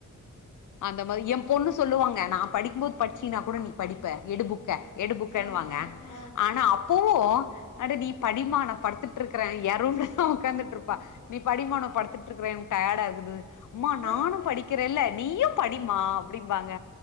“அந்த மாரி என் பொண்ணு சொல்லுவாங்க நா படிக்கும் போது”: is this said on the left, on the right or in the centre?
Left